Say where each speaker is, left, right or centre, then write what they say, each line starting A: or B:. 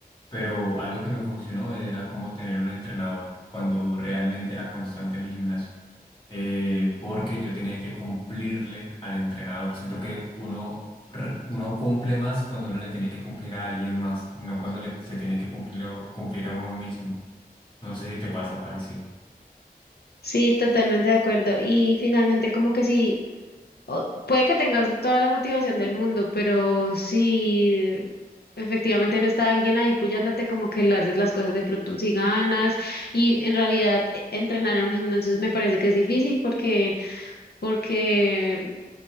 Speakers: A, on the left (about 30°); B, on the left (about 80°).
A: pero algo que me funcionó era como tener un entrenador cuando realmente era constante en el gimnasio, eh, porque yo tenía que cumplirle al entrenador. Siento que uno, r- uno cumple más cuando uno le tiene que cumplir a alguien más, no cuando le- se tiene que cumplir a, cumplir a uno mismo. No sé si te pasa parecido.
B: Sí, totalmente de acuerdo. Y finalmente, como que sí. o- puede que tengas toda la motivación del mundo, pero si efectivamente no está alguien ahí puyándote, como que le haces las cosas de pronto si ganas. Y en realidad, e- entrenar en un gimnasio me parece que es difícil porque, porque